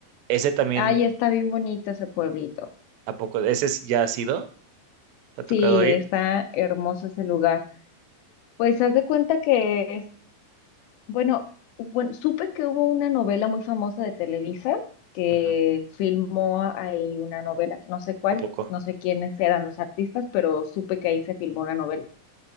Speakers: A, on the right; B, on the left.
A: ese también,
B: Ay, está bien bonito ese pueblito.
A: ¿a poco? ¿Ese es- ya ha sido? ¿Te ha tocado
B: Sí,
A: ir?
B: está hermoso ese lugar. Pues haz de cuenta que es, bueno, bueno, supe que hubo una novela muy famosa de Televisa que
A: Ujú.
B: filmó ahí una novela, no sé cuál,
A: ¿A poco?
B: no sé quiénes eran los artistas, pero supe que ahí se filmó una novela.